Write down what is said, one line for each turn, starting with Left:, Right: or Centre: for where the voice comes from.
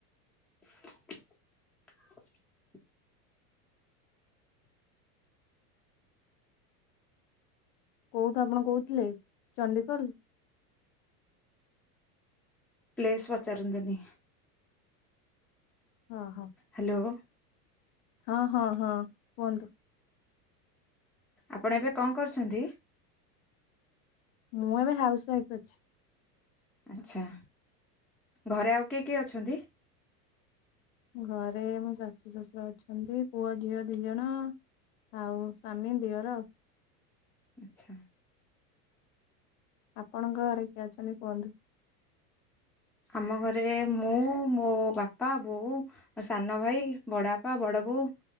Centre: <inaudible>
Left: କୋଉଠୁ ଆପଣ କହୁଥିଲେ ଚଣ୍ଡିଖୋଲ?
Centre: ପ୍ଲେସ୍ ପଚାରନ୍ତୁନି।
Left: ହଁ ହଁ।
Centre: ହ୍ୟାଲୋ।
Left: ହଁ ହଁ ହଁ କୁହନ୍ତୁ।
Centre: ଆପଣ ଏବେ କଣ କରୁଛନ୍ତି?
Left: ମୁଁ ଏବେ ହାଉସ୍ ୱାଇଫ୍ ଅଛି।
Centre: ଆଚ୍ଛା ଘରେ ଆଉ କିଏ କିଏ ଅଛନ୍ତି?
Left: ଘରେ ମୋ ଶାଶୁ, ଶଶୁର ଅଛନ୍ତି ପୁଅ, ଝିଅ ଦି ଜଣ। ଆଉ ସ୍ଵାମୀ, ଦିଅର।
Centre: ଆଚ୍ଛା।
Left: ଆପଣଙ୍କ ଘରେ କିଏ ଅଛନ୍ତି କୁହନ୍ତୁ?
Centre: ଆମ ଘରେ ମୁଁ ମୋ ବାପା, ବୋଉ। ମୋ ସାନ ଭାଇ ବଡ଼ବାପା, ବଡ଼ବୋଉ